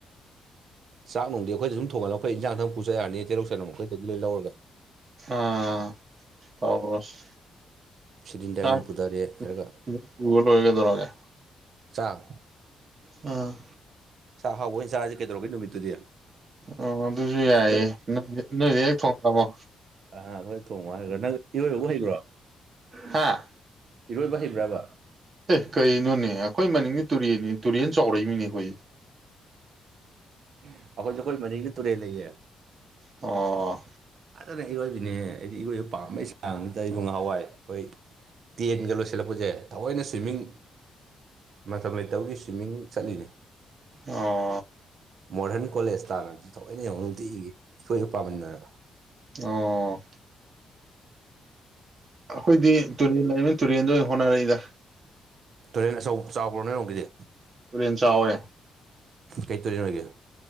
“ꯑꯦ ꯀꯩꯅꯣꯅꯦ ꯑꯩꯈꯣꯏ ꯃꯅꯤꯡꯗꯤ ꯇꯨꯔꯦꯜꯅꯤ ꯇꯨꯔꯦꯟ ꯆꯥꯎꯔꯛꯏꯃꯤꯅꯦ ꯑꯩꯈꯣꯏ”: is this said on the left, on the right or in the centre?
Right